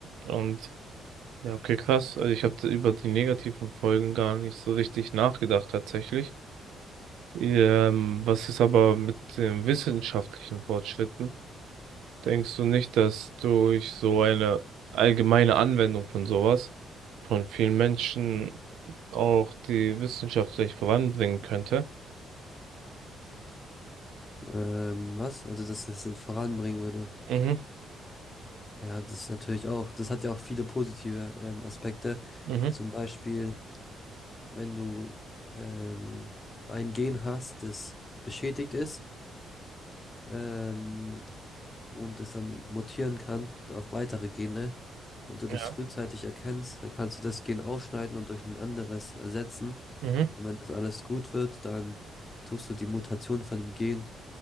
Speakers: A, on the right (about 80°); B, on the left (about 25°).
A: Und Ja, okay, krass. Also ich habe über die negativen Folgen gar nicht so richtig nachgedacht tatsächlich. Ähm, was ist aber mit den wissenschaftlichen Fortschritten? Denkst du nicht, dass durch so eine allgemeine Anwendung von sowas von vielen Menschen auch die wissenschaftlich voranbringen könnte?
B: Ähm, was? Also, dass es voranbringen würde.
A: Mhm.
B: Ja, das ist natürlich auch, das hat ja auch viele positive ähm, Aspekte.
A: Mhm.
B: Zum Beispiel, wenn du ähm, ein Gen hast, das beschädigt ist, ähm, und es dann mutieren kann auf weitere Gene und du das
A: Ja.
B: frühzeitig erkennst, dann kannst du das Gen ausschneiden und durch ein anderes ersetzen.
A: Mhm.
B: Und wenn das alles gut wird, dann tust du die Mutation von dem Gen,